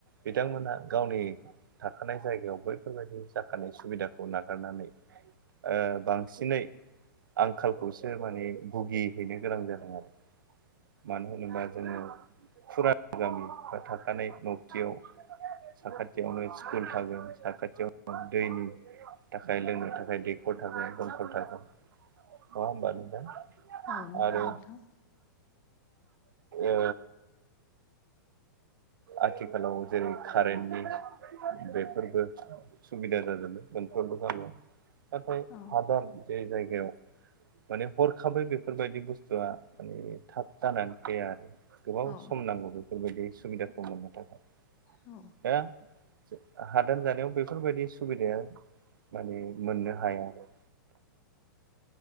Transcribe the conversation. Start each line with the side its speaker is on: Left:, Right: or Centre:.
Right: बिथांमोनहा गावनि थाखानाय जाय जायगायाव बैफोरबायदि जाखानाय सुबिदाखौ नागारनानै ओ बांसिनै आंखालखौसो माने भुगि हैनो गोनां जानाय आरो मानो होनोबा जोङो फुराना गामि बा थाखानाय न'बथियाव साखाथियावनो स्कुल थागोन साखाथियाव दैनि थाखाय लोंनो थाखाय दैख'र थागोन, दमख'ल थागोन नङा होमबा नोंथां?
Left: औ नंगौ
Right: आरो
Left: नोंथां
Right: ओ आथिखालाव जेरै खारेन्टनि बेफोरबो सुबिदा जाजोबबाय मोनफ्रोमबो गामियाव नाथाय
Left: औ
Right: हादान बे जायगायाव माने हरखाबै बेफोरबायदि बुस्थुआ माने थाब जानानै फैया आरो गोबाव
Left: औ
Right: सम नांगौ बेफोरबायदि सुबिदाखौ मोननो थाखाय
Left: हौ
Right: हो हादान जानायाव बैफोरबायदि सुबिदाया माने मोननो हाया आरो